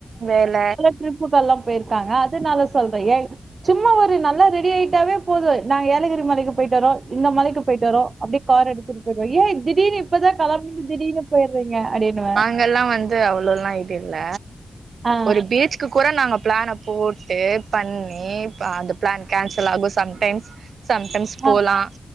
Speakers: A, on the right (about 80°); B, on the right (about 50°).
A: வேல
B: ட்ரிப்புகல்லா போயிருக்காங்க அதனால சொல்றே ஏ சும்மா ஒரு நல்லா ரெடி ஆயிட்டாவே போது நாங்க ஏலகிரி மலைக்கு போயிட்டு வரோ இந்த மலைக்கு போயிட்டு வரோ அப்டியே கார் எடுத்துட்டு போயிடுவா ஏன் திடீர்னு இப்பதான் கலம்பிங்க திடீர்னு போயிடுறீங்க அப்படின்னுவ
A: இங்க எல்லா வந்து அவ்ளோல்லா இதுல்ல
B: ஆ
A: ஒரு பீச் சுகு கூட நாங்க பிளான போட்டு பண்ணி அந்த பிளான் கேன்சல் ஆகு சம்டைம்ஸ் சம்டைம்ஸ் போலா
B: ஆ